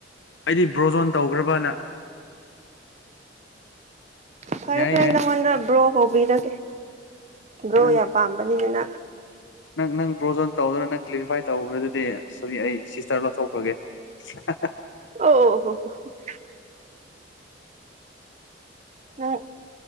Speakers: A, on the left (about 80°); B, on the right (about 40°).
A: ꯑꯩꯗꯤ ꯕ꯭ꯔꯣꯖꯣꯟ ꯇꯧꯈ꯭ꯔꯕꯅ
B: ꯐꯔꯦ
A: ꯌꯥꯏ
B: ꯐꯔꯦ
A: ꯌꯥꯏ
B: ꯅꯪꯉꯣꯟꯗ ꯕ꯭ꯔꯣ ꯀꯧꯕꯤꯔꯒꯦ ꯕ꯭ꯔꯣ
A: ꯅꯪ
B: ꯌꯥꯝ ꯄꯥꯝꯕꯅꯤꯅ
A: ꯅꯪ ꯅꯪ ꯕ꯭ꯔꯣꯖꯣꯟ ꯇꯧꯗꯅ ꯅꯪ ꯀ꯭ꯂ꯭ꯦꯔꯤꯐꯥꯏ ꯇꯧꯈ꯭ꯔꯗꯨꯗꯤ ꯁꯣꯔꯤ ꯑꯩ ꯁꯤꯁꯇꯔ ꯂꯧꯊꯣꯛꯈ꯭ꯔꯒꯦ <unintelligible>
B: ꯑꯣ ꯑꯣ ꯍꯣ ꯍꯣ ꯍ ꯎꯝ